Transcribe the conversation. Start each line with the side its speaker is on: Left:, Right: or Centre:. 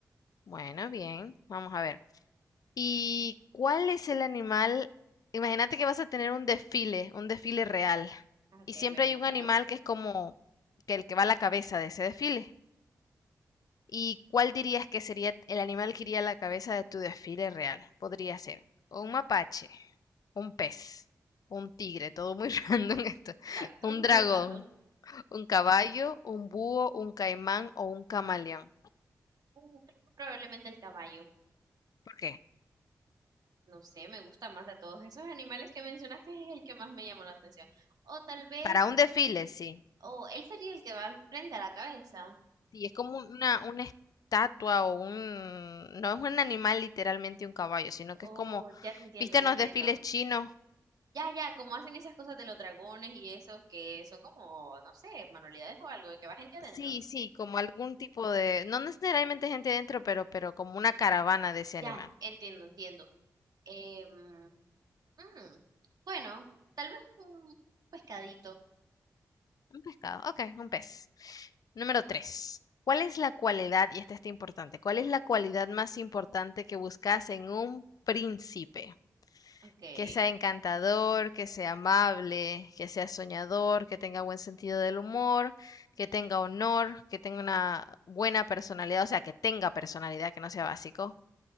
Left: Bueno, bien, vamos a ver. ¿Y cuál es el animal? Imagínate que vas a tener un desfile, un desfile real,
Right: Ah, ok,
Left: y siempre
Right: me lo
Left: hay
Right: imagino.
Left: un animal que es como que el que va a la cabeza de ese desfile. ¿Y cuál dirías que sería el animal que iría a la cabeza de tu desfile real? Podría ser un mapache, un pez, un tigre, todo muy <laughs> random esto,
Right: Tacto,
Left: un
Right: <laughs> muy
Left: dragón,
Right: random.
Left: un caballo, un búho, un caimán o un camaleón.
Right: Uh, creo que probablemente el caballo.
Left: ¿Por qué?
Right: No sé, me gusta más de todos esos animales que mencionaste, es el que más me llamó la atención. O tal vez,
Left: Para un desfile, sí.
Right: o él sería el que va al frente a la cabeza.
Left: Sí, es como una, una estatua o un... No es un animal literalmente un caballo, sino
Right: Oh,
Left: que es como,
Right: ya te entiendo,
Left: ¿viste
Right: ya
Left: en
Right: te
Left: los
Right: entiendo.
Left: desfiles chinos
Right: Ya, ya, como hacen esas cosas de los dragones y esos que son como, no sé, manualidades o algo, de que va gente adentro.
Left: Sí, sí, como algún tipo de, no necesariamente gente dentro, pero, pero como una caravana de ese animal.
Right: Ya, entiendo, entiendo. Em, Mm, bueno, tal vez un pescadito.
Left: Un pescado, ok, un pez. Número tres. ¿Cuál es la cualidad, y esta está importante, cuál es la cualidad más importante que buscas en un príncipe?
Right: Ok.
Left: que sea encantador, que sea amable, que sea soñador, que tenga buen sentido del humor, que tenga honor, que tenga una buena personalidad, o sea, que tenga personalidad, que no sea básico,